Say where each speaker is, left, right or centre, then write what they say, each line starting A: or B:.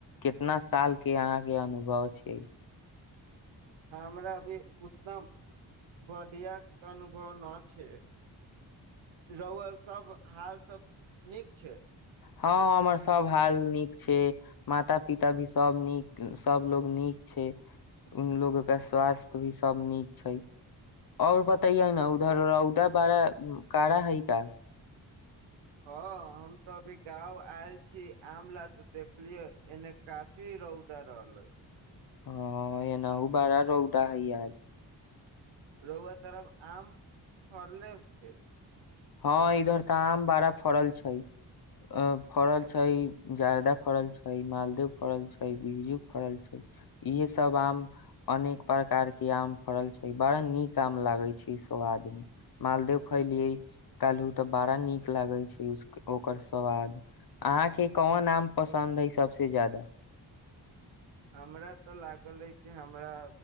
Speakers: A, on the left (about 50°); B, on the right (about 80°).
A: कितना साल के अहाँके अनुभव छै
B: हमरा अभी उतना बढ़ियाक अनुभव न छै रौआ सब हाल सब नीक छै
A: हँ हमर सभ हाल नीक छै माता पिता भी सभ नीक सभलोग नीक छै उलोगके स्वास्थ भी सभ नीक छै ओर बतेय ने उधर रौदा बड़ा काड़ा हइ का
B: हँ हम तऽ अभी गाँव आयल छी आम ल तऽ देखलियै एने काफी रौदा रहलै
A: ह एनहु बड़ा रौदा हइ आज
B: रौआ तरफ आम फड़लो छै
A: हँ इधर तऽ आम बड़ा फड़ल छै अ फड़ल छै जादा फड़ल छै मालदेव फड़ल छै बिजू फड़ल छै इहे सब आम अनेक प्रकार के आम फड़ल छै बड़ा नीक आम लागे छै सब आदमी मालदेव खैलियै कहलहु तऽ बड़ा नीक लागै छै उस ओकर स्वाद अहाँके कोन आम पसन्द हइ सभसे ज्यादा
B: हमरा तऽ लागल ह कि हमरा